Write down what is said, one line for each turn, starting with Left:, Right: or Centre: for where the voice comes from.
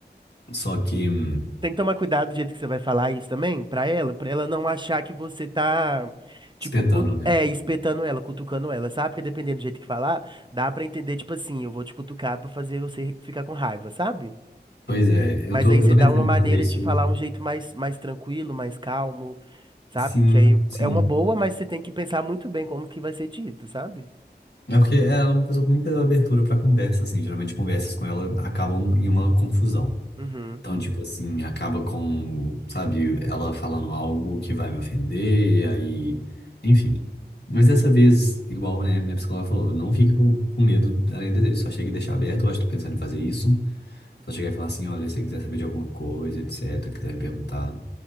Left: Só que hum,
Right: Tem que tomar cuidado do jeito que você vai falar isso também pra ela, pra ela não achar que você tá, tipo,
Left: espetando,
Right: cu-
Left: né?
Right: é, espetando ela, cutucando ela, sabe? Porque dependendo do jeito que falar, dá pra entender, tipo assim, eu vou te cutucar pra fazer você ficar com raiva, sabe?
Left: Pois é,
Right: Mas
Left: eu tô,
Right: aí
Left: eu
Right: você
Left: tô
Right: dá
Left: pensando
Right: uma maneira
Left: em fazer isso
Right: de falar um jeito mais, mais tranquilo, mais calmo, sabe?
Left: assim,
Right: Que aí
Left: sim.
Right: é uma boa, mas você tem que pensar muito bem como que vai ser dito, sabe?
Left: É porque ela é uma pessoa que nunca deu abertura pra conversa, assim. Geralmente conversas com ela acabam em uma confusão.
Right: Uhum.
Left: Então, tipo assim, acaba com, sabe, ela falando algo que vai me ofender, e aí, enfim. Mas dessa vez, igual, né, minha psicóloga falou, não fique com com medo além do desejo, só chega e deixa aberto, eu acho que tô pensando em fazer isso. Só chegar e falar assim, olha, se você quiser saber de alguma coisa, etc, quiser me perguntar.